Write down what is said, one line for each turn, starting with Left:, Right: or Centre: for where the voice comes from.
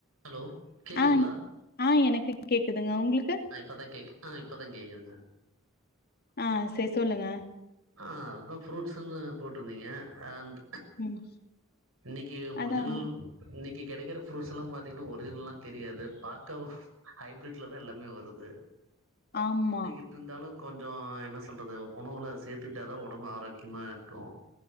Right: Hello கேக்குதுங்களா
Left: ஆங் ஆ எனக்கு கேக்குதுங்க உங்களுக்கு
Right: ஆ இப்பதா கேக் ஆ இப்பதா கேக்குதுங்க
Left: ஆ சே சொல்லுங்க
Right: ஆ அதுதா ஃப்ரூட்ஸ்ன்னு போட்டருந்தீங்க ஆண்ட்
Left: ம்.
Right: இன்னிக்கு
Left: அதாங்க.
Right: ஒரிஜினல் இன்னைக்கி கெடைக்கிற ஃப்ரூட்ஸ் எல்லா பாத்தீங்கன்னா ஒரிஜினல் எல்லா தெரியாது பாக்க ஹைப்ரெட்ல தா எல்லா வருது
Left: ஆமா
Right: இர்ந்தாலு கொஞ்சோ என்ன சொல்றது உணவுல சேத்துக்ட்டாதா உடம்பு ஆரோக்கியமா இருக்கு